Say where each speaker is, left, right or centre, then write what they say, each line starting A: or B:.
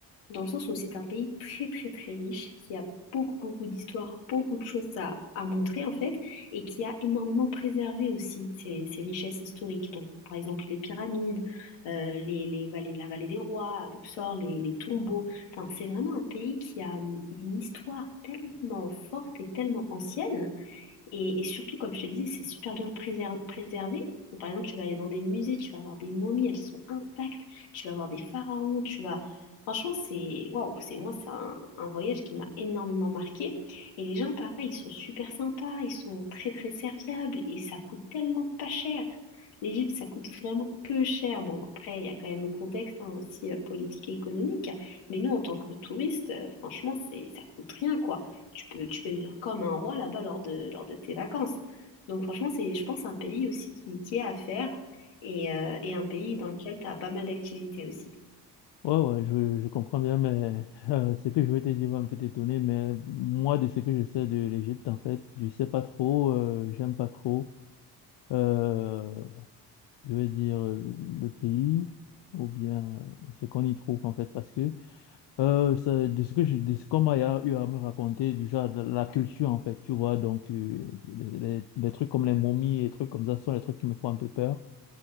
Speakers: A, on the left; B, on the left.
A: dans le sens où c'est un pays très très très riche, qui a beaucoup beaucoup d'histoires, beaucoup de choses à, à montrer en fait, et qui a énormément préservé aussi ses, ses richesses historiques. Donc par exemple les pyramides, euh, les, les vallées, la vallée des rois, à Luxor, les, les tombeaux. Enfin c'est vraiment un pays qui a hum, une histoire tellement forte et tellement ancienne et, et surtout, comme je te disais, c'est super bien préser- préservé. Donc, par exemple, tu vas aller dans des musées, tu vas voir des momies, elles sont intactes. Tu vas voir des pharaons, tu vas... Franchement, c'est... Waouh, c'est moi, c'est un, un voyage qui m'a énormément marqué. Et les gens, pareil, ils sont super sympas, ils sont très, très serviables et ça coûte tellement pas cher. L'Égypte, ça coûte vraiment peu cher. Bon, après, il y a quand même le contexte hein, aussi euh, politique et économique. Mais nous, en tant que touristes, euh, franchement, c'est, ça coûte rien, quoi tu peux, tu peux vivre comme un roi là-bas lors de, lors de tes vacances. Donc franchement, c'est, je pense, un pays aussi qui, qui est à faire et, euh, et un pays dans lequel tu as pas mal d'activités aussi.
B: Ouais, ouais, je, je comprends bien, mais <laughs> euh, ce que je veux te dire va un peu t'étonner, mais moi, de ce que je sais de l'Égypte, en fait, je sais pas trop, euh, j'aime pas trop, euh, je vais dire, euh, le pays, ou bien euh, ce qu'on y trouve, en fait, parce que euh, ça- de ce que je, de ce qu'on m'a eu à me raconter, du genre de la culture, en fait, tu vois, donc euh, les, les trucs comme les momies et trucs comme ça sont les trucs qui me font un peu peur.